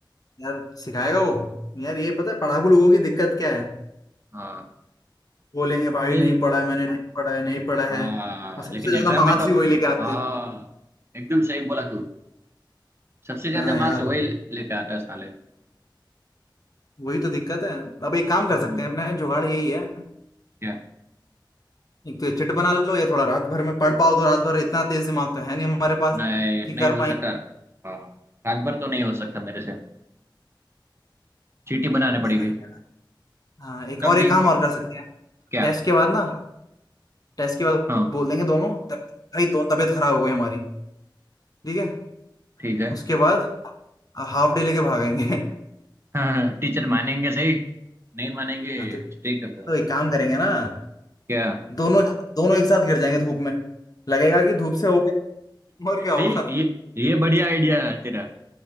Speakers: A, on the left; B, on the right.
A: यार सिखाएगा वो यार ये पता है पढ़ाकू लोगों की दिक्कत क्या है
B: हाँ
A: बोलेंगे भाई
B: ये
A: नहीं पढ़ा है मैंने नहीं पढ़ा है नहीं पढ़ा
B: हाँ
A: है और सबसे
B: लेकिन
A: ज्यादा
B: एग्जाम में
A: मार्क्स
B: तो
A: ही वही लेके आते
B: हाँ
A: हैं
B: एकदम सही बोला तू सबसे ज्यादा
A: हाँ यार
B: मार्क्स वही ले- लेके आता है साले
A: वही तो दिक्कत है अब एक काम कर
B: हम्म
A: सकते हैं अपने जुगाड़ यही है
B: क्या
A: एक तो ये चिट बना लो या थोड़ा रात भर में पढ़ पाओ तो रात भर इतना तेज दिमाग तो है नहीं हमारे पास
B: नहीं
A: कि
B: नहीं
A: कर
B: हो सकता
A: पाए
B: हाँ रात भर तो नहीं हो सकता मेरे से चीटी बनाने
A: चलो देखा
B: पड़ेगी
A: जाएगा हाँ एक
B: चल
A: और
B: ठीक
A: एक काम
B: है
A: और कर सकते हैं
B: क्या
A: टेस्ट के बाद ना टेस्ट के बाद
B: हाँ
A: बोल देंगे दोनों तब- भाई दो तबीयत खराब हो गई हमारी ठीक है
B: ठीक है
A: उसके बाद हाफ डे लेके भागेंगे हाँ,
B: हाँ हाँ, टीचर मानेंगे सही नहीं मानेंगे
A: तो,
B: स्ट्रिक्ट
A: तो
B: है बहुत
A: एक काम करेंगे ना
B: क्या
A: दोनों दोनों एक साथ गिर जाएंगे धूप में लगेगा कि धूप से हो गया और क्या होगा
B: ये ये ये बढ़िया आइडिया है तेरा